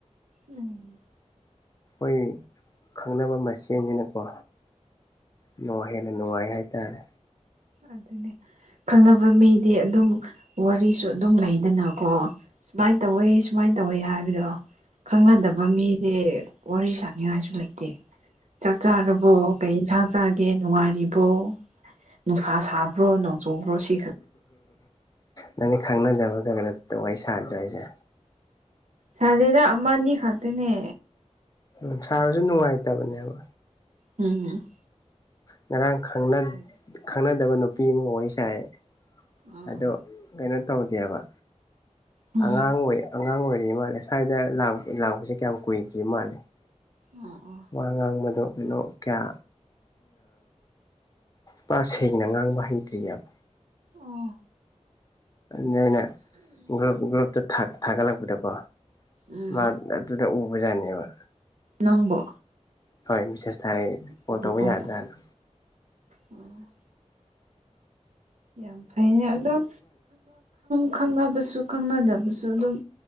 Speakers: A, on the right (about 75°); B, on the left (about 30°).
A: ꯎꯝ
B: ꯍꯣꯏ ꯈꯪꯅꯕ ꯃꯁꯦꯟꯅꯤꯅꯀꯣ ꯅꯨꯡꯉꯥꯏ ꯍꯦꯟꯅ ꯅꯨꯡꯉꯥꯏ ꯍꯥꯏꯇꯥꯔꯦ
A: ꯑꯗꯨꯅꯦ ꯈꯪꯅꯕ ꯃꯤꯗꯤ ꯑꯗꯨꯝ ꯋꯥꯔꯤꯁꯨ ꯑꯗꯨꯝ ꯂꯩꯗꯅꯀꯣ ꯁꯨꯃꯥꯏ ꯇꯧꯋꯦ ꯁꯨꯃꯥꯏ ꯇꯧꯋꯦ ꯍꯥꯏꯕꯗꯣ꯫ ꯈꯪꯅꯗꯕ ꯃꯤꯗꯤ ꯋꯥꯔꯤ ꯁꯅꯤꯡꯉꯥꯏꯁꯨ ꯂꯩꯇꯦ ꯆꯥꯛ ꯆꯥꯔꯕꯣ ꯀꯩ ꯏꯟꯁꯥꯡ ꯆꯥꯒꯦ ꯅꯨꯡꯉꯥꯏꯔꯤꯕꯣ ꯅꯨꯡꯁꯥ ꯁꯥꯕ꯭ꯔꯣꯅꯣ ꯆꯣꯡꯈ꯭ꯔꯣꯁꯤ
B: ꯅꯪꯗꯤ ꯈꯪꯅꯗꯕꯗ ꯀꯩꯅꯣ ꯋꯥꯔꯤ ꯁꯥꯗ꯭ꯔꯣ ꯍꯥꯏꯁꯦ
A: ꯁꯥꯗꯦꯗ ꯑꯃꯅꯤ ꯈꯛꯇꯅꯦ
B: ꯎꯝ ꯁꯥꯔꯁꯨ ꯅꯨꯡꯉꯥꯏꯇꯕꯅꯦꯕ
A: ꯎꯝ
B: ꯉꯔꯥꯡ ꯈꯪꯅ
A: ꯑꯗꯨ
B: ꯈꯪꯅꯗꯕ ꯅꯨꯄꯤ ꯑꯃ ꯋꯥꯔꯤ ꯁꯥꯏꯌꯦ꯫
A: ꯑꯣ
B: ꯑꯗꯣ ꯀꯩꯅꯣ ꯇꯧꯗꯦꯕ
A: ꯎꯝ
B: ꯑꯉꯥꯡ ꯑꯣꯏ ꯑꯉꯥꯡ ꯑꯣꯏꯔꯤ ꯃꯥꯜꯂꯦ ꯁ꯭ꯋꯥꯏꯗ ꯂꯥꯛꯄꯁꯦ ꯀꯌꯥꯝ ꯀꯨꯏꯗ꯭ꯔꯤ ꯃꯥꯜꯂꯦ <inaudible>
A: ꯑꯣ ꯑꯣ
B: ꯋꯥ ꯉꯥꯡꯕꯗꯣ ꯀꯩꯅꯣ ꯀꯌꯥ ꯄ ꯁꯦꯡꯅ ꯉꯥꯡꯕ ꯍꯩꯇ꯭ꯔꯤꯌꯦꯕ
A: ꯑꯣ
B: ꯅꯣꯏꯅ ꯒ꯭ꯔꯨꯞ ꯒ꯭ꯔꯨꯞꯇ ꯊꯥꯒꯠꯂꯛꯄꯗꯀꯣ
A: ꯎꯝ
B: ꯃꯥꯅ ꯑꯗꯨꯗ ꯎꯕꯖꯥꯠꯅꯦꯕ
A: ꯅꯪꯕꯣ
B: ꯍꯣꯏ ꯃꯤꯁꯦꯁ ꯊꯥꯏꯌꯦ ꯀꯣꯜ
A: ꯑꯣ
B: ꯇꯧꯕ
A: ꯑꯣ
B: ꯌꯥꯗ꯭ꯔꯦ ꯍꯥꯏꯅ
A: ꯑꯣ ꯌꯥꯝ ꯐꯩꯅꯦ ꯑꯗꯨꯝ ꯈꯪꯅꯕꯁꯨ ꯈꯪꯅꯗꯕꯁꯨ ꯑꯗꯨꯝ